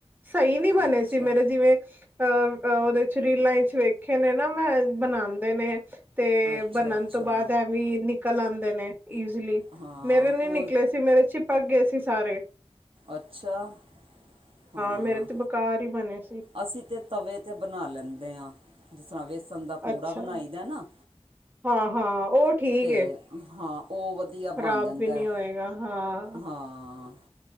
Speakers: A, on the right (about 15°); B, on the right (about 55°).
A: ਸਹੀ ਨਹੀਂ ਬਣੇ
B: ਅੱਛਾ
A: ਸੀ ਮੇਰੇ ਜਿਵੇਂ ਅ ਉਹਦੇ ਚ ਰੀਲਾਂ ਵਿਚ ਵੇਖੇ ਨੇ ਨਾ ਮੈਂ ਬਣਾਦੇ ਨੇ ਤੇ
B: ਅੱਛਾ
A: ਬਣ
B: ਅੱਛਾ
A: ਵੀ ਨਿਕਲ ਆਂਦੇ ਨੇ ਈਜ਼ਲੀ,
B: ਹਾਂ
A: ਮੇਰੇ ਨੀ
B: ਉਹ
A: ਨਿਕਲੇ ਸੀ। ਮੇਰੇ ਚਿਪਕ ਗਏ ਸੀ ਸਾਰੇ।
B: ਅੱਛਾ ਹਾਂ,
A: ਮੇਰੇ ਤੇ ਬੇਕਾਰ ਹੀ ਬਣੇ ਸੀ।
B: ਅਸੀਂ ਤੇ ਤਵੇ ਤੇ ਬਣਾ ਲੈਂਦੇ ਹਾਂ, ਜਿਸ ਤਰ੍ਹਾਂ ਵੇਸਣ ਦਾ ਪੂੜਾ
A: ਅੱਛਾ।
B: ਬਣਾਈ ਦਾ ਨਾ।
A: ਹਾਂ ਹਾਂ ਓ ਠੀਕ
B: ਤੇ
A: ਏ,
B: ਹਾਂ ਉਹ ਵਧੀਆ
A: ਖ਼ਰਾਬ
B: ਬਣ ਜਾਂਦਾ
A: ਵੀ ਨੀ
B: ਹੈ।
A: ਹੋਏਗਾ ਹਾਂ।
B: ਹਾਂ-